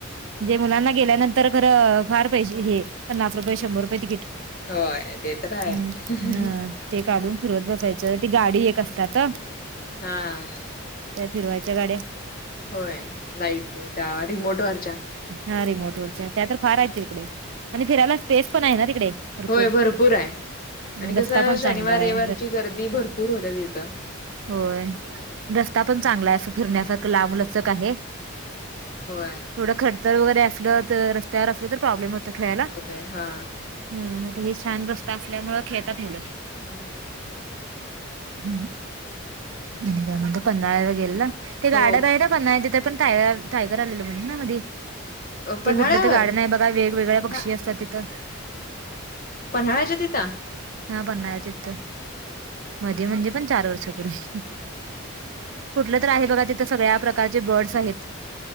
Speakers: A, on the right (about 60°); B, on the left (about 40°).
A: म्हणजे मुलांना गेल्यानंतर खरं फांर पैसे हे पन्नास रुपये, शंभर रुपये तिकीट.
B: होयं. ते तरं हांय.
A: हम्म हा ते काढूंन फीरवंत बसायचं. ती गांडी एक असतांत.
B: हां.
A: त्यां फिरवांयच्या गाड्यां.
B: होयं. लाईट व त्यां रिमोट वरच्यां.
A: हां रिमोट वरच्यां. त्यां तर फांर हांय तिकडे आणि फिरांयला स्पेस पणं आहे नां तिकडे. भरपूर
B: होयं भरंपूर आहे. आणि
A: रस्ता
B: कसं
A: पण चांगला
B: शनिवार
A: आहे
B: रवीवारची गर्दी भरंपूर होत्यां तिथं.
A: होयं. रस्तां पणं चांगला आहे असं फिरण्यांसारखं लांबलचक आहे.
B: होयं.
A: थोडं खडतरं वगैरें असलं तरं रस्त्यांवर असलं तरं प्रॉब्लेम होतं खेळांयला.
B: होतय हा
A: हं. आंता हे छान रस्तां असल्यामुंळ खेळतांत मुलं.
B: हम्मं.
A: हं. आणि कां म्हंण पन्हाळांवर गेलला. ते गाड्यांत
B: हो
A: जाई पन्हांळा तिथे पणं टांयर टांयगर आलेलो म्हंण नां मधे.
B: पन्हाळ्यावर
A: ते कुंठलं तरं गार्डन आहे बघां वेगवेगळ्या पक्षी
B: हा
A: असतांत तिथं.
B: पन्हाळ्यांच्या तिथं.
A: हां पन्हाळ्यांच्या चितं. मध्यें म्हणजे पणं चार वर्षापूर्वी. कुठलं तरं आहे बघां तिथं सगळ्यां प्रका कांचे बर्ड्स आहेतं.